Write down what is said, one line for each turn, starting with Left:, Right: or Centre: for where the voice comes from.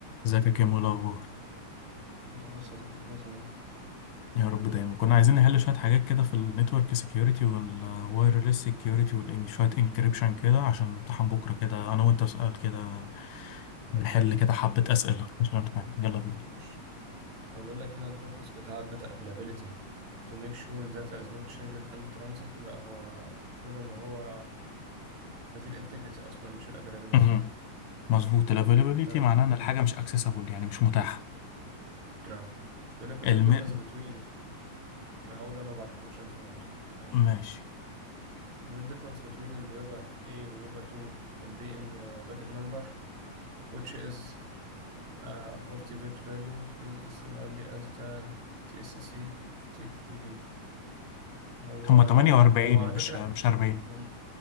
Left: ازيك يا كيمو إيه الاخبار
Right: انت الله صديقي كله تمام
Left: يا رب دايما كنا عايزين نحل شويه حاجات كده في النتورك سيكيورتي والوايرلس سيكيورتي شويه انكريبشن كده عشان امتحان بكره كده انا وانت سؤال كده
Right: ماشي
Left: نحل
Right: قشت
Left: كده حبه اسئله مش امتحان يلا بينا
Right: ماشي اقول لك هنا الـ purpose بتاع الـ data availability to make sure the data is not changed in transit لا هو مفروض انه هو هذه الـ integrity اصلا مش الـ availability
Left: مهم. مظبوط الافيلابيليتي
Right: تمام
Left: معناه ان الحاجه مش اكسسبل يعني مش متاحه
Right: نعم اقول لك المين
Left: الم...
Right: difference between اقول لنا وبعدك اقول لك انت اللي بعد عشو
Left: ماشي
Right: المين difference between الـ webA A والـ webA 2 في الـ b in bucket number which is a 40 bit value used similarly as the TSC of TKB هو
Left: هما 48
Right: هو على
Left: مش
Right: فكرة
Left: مش 40
Right: هم